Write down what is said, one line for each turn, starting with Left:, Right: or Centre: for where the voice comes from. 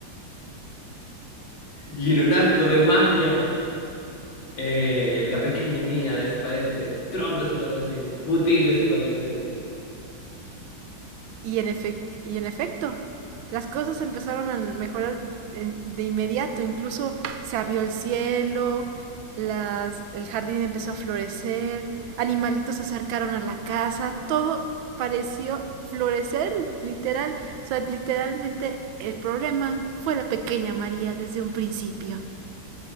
Left: y en un acto de magia, eh, la pequeña niña desaparece, Trump desaparece, Putin desaparece.
Right: Y en, efect y en efecto, las cosas empezaron a mejorar de, de inmediato. Incluso se abrió el cielo, las, el jardín empezó a florecer, animalitos se acercaron a la casa, todo pareció florecer, literal. O sea, literalmente el problema fue la pequeña María desde un principio.